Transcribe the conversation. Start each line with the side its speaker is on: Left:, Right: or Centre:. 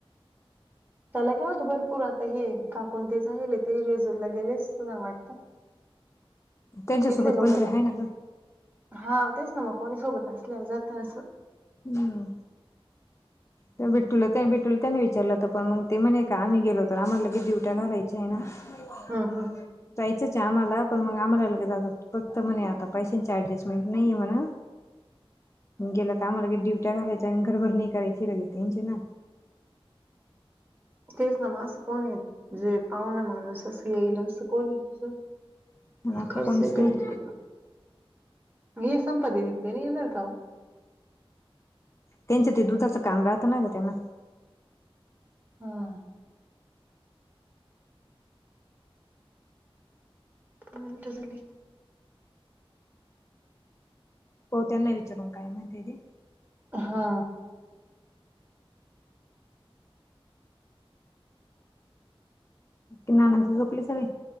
Right: त्याला काय होतं भरपूर आता हे काकून ते झायेले ते जेजूरला गेलेस ना वाटतं.
Left: त्यांच्यासोबत
Right: इथले लोक
Left: कोणतरी
Right: जातात.
Left: आहे ना ग
Right: हा तेच ना म कोणी सोबत असल्यावर जात असं
Left: हम्म
Right: <inaudible>
Left: त्या बिटूला त्या बिटूला त्याने विचारलं होत पण मंग ते म्हणे का आम्ही गेलो तर आम्हाला लगेचं डीवट्या घालायच्या आहे ना <unintelligible>
Right: हा हा
Left: जायचंच ये आम्हाला पण मंग आम्हाला लगेचं आता फक्त म्हणे आता पैशांची अऍडजस्टमेंट नाहीये म्हणा
Right: <unintelligible>
Left: गेलं का आम्हाला लगेचं डिवट्या घालायच्या अनं घरभरणी ही करायची लगेचं त्यांची ना
Right: तेच ना म अस कोण येत जे पाहुन माणूस असं येईल असं कोण ये चं
Left: आणि
Right: मं
Left: आपलं
Right: खर्च
Left: कोणीच
Right: ई
Left: नाही
Right: करीन तिकडं नय संपत्ती दिदी नं ते नय येणार का ओ
Left: त्यांचे ते दुधाचं काम राहतं ना ग त्यांना
Right: हं मिनट झाली.
Left: पाऊ त्यांना विचारून काय म्हणते तेे
Right: हा
Left: की नानानं ते झोपली सगळी